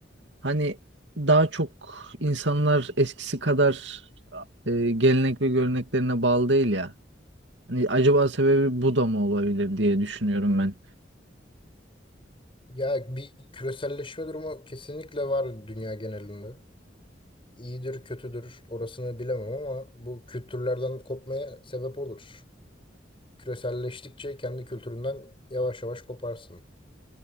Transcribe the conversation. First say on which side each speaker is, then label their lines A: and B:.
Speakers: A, on the right; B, on the left.
A: hani daha çok insanlar eskisi kadar e, gelenek ve göreneklerine bağlı değil ya. Hani acaba sebebi bu da mı olabilir diye düşünüyorum ben.
B: Ya bir küreselleşme durumu kesinlikle var dünya genelinde. İyidir kötüdür orasını bilemem ama bu kültürlerden kopmaya sebep olur. Küreselleştikçe kendi kültüründen yavaş yavaş koparsın.